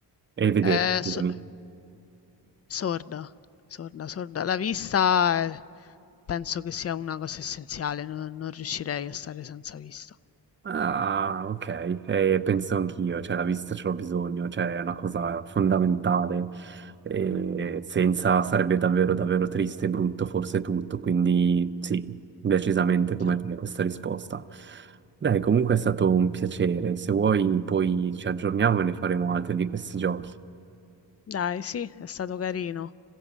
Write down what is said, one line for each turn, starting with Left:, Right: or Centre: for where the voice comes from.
Right: E vedere,
Left: Eh,
Right: scusami.
Left: so- sorda, sorda, sorda. La vista eh, penso che sia una cosa essenziale, non, non riuscirei a stare senza vista.
Right: Ah, ok, Eh, penso anch'io, cioè la vista ce l'ho bisogno, cioè è una cosa fondamentale, Eh,
Left: Mm, mm,
Right: senza sarebbe davvero davvero triste e brutto forse tutto, quindi sì, decisamente come
Left: già.
Right: te questa risposta. Dai, comunque è stato un piacere, se vuoi poi ci aggiorniamo e ne faremo altri di questi giochi.
Left: Dai, sì, è stato carino.